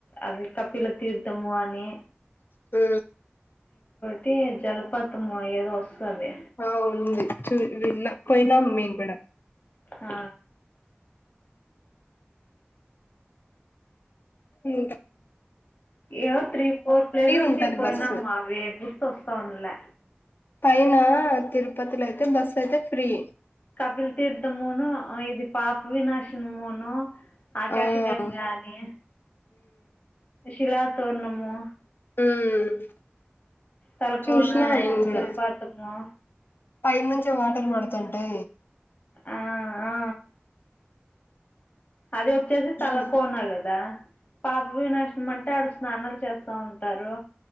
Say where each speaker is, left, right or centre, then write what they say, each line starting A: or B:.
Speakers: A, on the left (about 45°); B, on the left (about 60°).
A: అది కపిల తీర్థమునే
B: హ
A: అయితే జలపాతం ఏదో వస్తుంది
B: ఆ ఉంది చూ విన్నా పోయినాం మేము కూడా
A: ఆ
B: ఏ
A: ఏయ్యో త్రీ ఫోర్ ప్లేసెస్
B: ఉంటది
A: కి పోయినామా
B: బస్సు
A: అవి గుర్తు వస్తాంలే
B: పైన తిరుపతిలో అయితే బస్సు అయితే ఫ్రీ
A: కపిల్ తీీడుత మన ఇది పాపు వి నాశిన మన ఆకాశగంగా
B: ఆ ఉమ్
A: అని శిలా తోర్ణము
B: హమ్
A: తలకోన
B: చూసిన అయన కూడా
A: జలపాతము
B: పైంచి వాటర్ పడుతుంటే
A: ఆ ఆ అది వచ్చేసి
B: చూసిన
A: తలక్కనా కదా పాప వినాశనం అంటే ఆడ స్నానాలు చేస్తా ఉంటారు